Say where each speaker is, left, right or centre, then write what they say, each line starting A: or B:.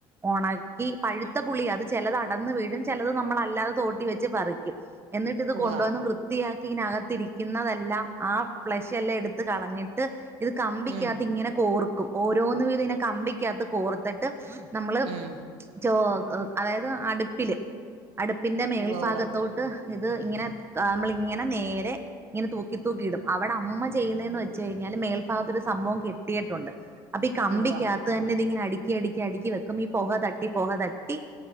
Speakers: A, on the right; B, on the right.
A: ഉണക്കി പഴുത്ത പുളി അത് ചിലത് അടന്ന് വീടും ചിലത് നമ്മള് അല്ലാതെ തോട്ടി വെച്ച് പറിക്കും എന്നിട്ട് ഇത്
B: ഉവ്വ
A: കൊണ്ട് വന്ന് വൃത്തി ത്തിയാക്കി ഇതിനകത്തിരിക്കുന്നതെല്ലാം ആ ഫ്ലഷ് എല്ലാം എടുത്ത് കളഞ്ഞിട്ട് ഇത് കമ്പിക്കകത്ത്
B: ഉം
A: ഇങ്ങനെ കോർക്കും ഓരോന്ന് വീതം ഇങനെ കമ്പിക്കാകത്ത് കോർത്തിട്ട് നമ്മൾ
B: ഉം
A: ചോ അതായത് അടുപ്പിൽ അടുപ്പിൻ്റെ മേൽഭാഗത്തോട്ട്
B: ഉവ്വ ഉവ്വ
A: ഇത് ഇങ്ങനെ നമ്മളിങ്ങനെ നേരെ ഇങ്ങനെ തൂക്കി തൂക്കിയിടും അവിടെ അമ്മ ചെയ്യുന്നതെന്ന് വെച്ച് കഴിഞ്ഞാല് മേൽഭാഗത്ത് ഒരു സംഭവം കെട്ടിയിട്ടുണ്ട് അപ്പൊ ഈ കമ്പിക്കകത്ത്
B: ഉവ്വ
A: തന്നെ ഇതിങ്ങനെ അടുക്കി അടുക്കി അടുക്കി വെക്കും ഈ പൊഹ തട്ടി പൊഹ തട്ടി